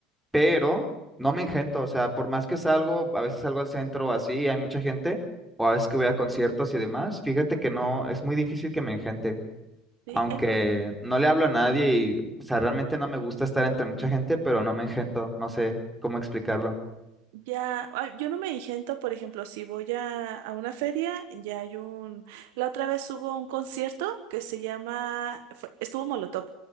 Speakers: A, in the centre; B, on the right.
A: pero no me engento. O sea, por más que salgo, a veces salgo al centro o así, hay mucha gente, o a veces que voy a conciertos y demás, fíjate que no, es muy difícil que me engente.
B: Sí.
A: aunque
B: En-
A: no le hablo a nadie y, o sea, realmente no me gusta estar entre mucha gente, pero no me engento, no sé cómo explicarlo.
B: Ya, ah, yo no me ingento, por ejemplo, si voy a, a una feria, ya hay un... La otra vez hubo un concierto que se llama... fue- estuvo Molotov.